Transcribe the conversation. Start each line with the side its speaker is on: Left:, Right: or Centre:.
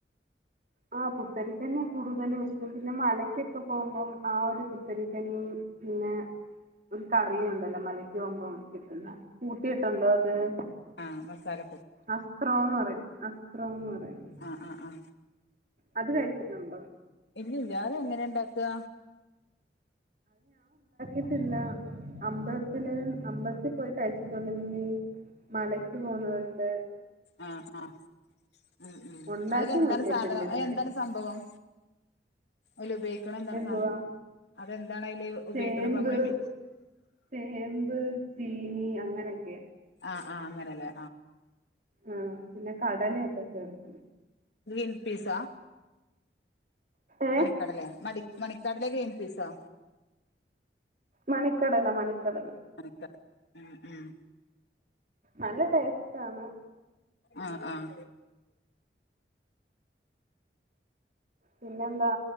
Right: ആ പുത്തരി കഞ്യാ കൂടുതലും വെച്ചോണ്ട് പിന്നെ മലക്കൊക്കെ പോകുമ്പം ആ ഒരു പുത്തരി കഞീ പിന്നേ ഒരു കറിയുണ്ടല്ലോ മലകോവുമ്പോ കിട്ടുന്ന കൂട്ടീട്ട്ണ്ട് ഉം
Left: ആ മസാല
Right: അത്രോന്നറയും അത്രോന്നറയും
Left: ആ ആ ആ
Right: അത്‌ കയിച്ചിട്ടുണ്ടോ
Left: ഇല്ലില്ല അത്‌ എങ്ങനെ ണ്ടാക
Right: ഇത്തില്ല അമ്പലതില് അമ്പൽത്പോയിട്ടേച്ച് തുടങ്ങി മലക്കുപോകുന്നവരില്
Left: അ ആ ഉം ഉം
Right: ഉണ്ടാക്കി
Left: അയിലെന്താണ്
Right: നോക്കിയിട്ടില്ല
Left: സാധനം
Right: ഇതുവരെ.
Left: അയെന്താണ് സംഭവം ഓല് ഉപയോഗിക്ക്ണെന്താണ്
Right: എന്തുവാ
Left: സാനം അതെ ന്ദ് ന്താണ് അയിൽ ഉപയോക്ക്ണെ
Right: ചേമ്പ്
Left: ഇപ്പ അമ്മൾ മി
Right: ചേമ്പ് ചീനി അങ്ങനെ ഒക്കെ
Left: അ ആ അങ്ങനെ ലെ
Right: ആ പിന്നെ കടലെ ഒക്കെ ചേർക്കും
Left: ഗ്രീൻ പീസാ
Right: ഏ
Left: മണികടലെ മടി മണി കടലെ ഗ്രീൻ പീസോ
Right: മണിക്കടല മണി കടല
Left: മണിക്കടല ഉം ഉം
Right: നല്ല ടെസ്റ്റ്‌ ആണ്
Left: ആഹ് ആഹ്
Right: പിന്നെന്താ